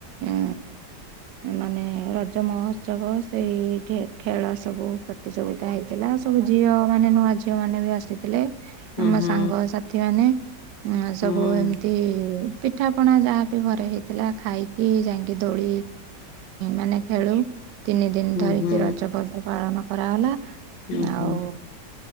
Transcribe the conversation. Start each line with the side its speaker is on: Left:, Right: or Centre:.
Right: ଅଁ ମାନେ ରଜ ମହୋତ୍ସବ ସେଇ ଖେ ଖେଳ ସବୁ ପ୍ରତିଯୋଗିତା ହେଇ ଥିଲା ସବୁ ଝିଅ ମାନେ ନୂଆ ଝିଅ ମାନେ ବି ଆସିଥିଲେ
Left: ହୁଁ
Right: ଆମ
Left: ହୁଁ
Right: ସାଙ୍ଗ ସାଥି ମାନେ। ହଁ ସବୁ
Left: ହୁଁ।
Right: ଏମିତି। ପିଠା ପଣା ଯାହାବି ଘରେ ହେଇଥିଲା ଖାଇକି ଯାଇକି ଦୋଳି ମାନେ ଖେଳୁ। ତିନି ଦିନ
Left: ଉହୁଁ
Right: ଧରିକି ରଜ ପର୍ବ ପାଳନ କରାଗଲା।
Left: ଉହୁଁ
Right: ଆଉ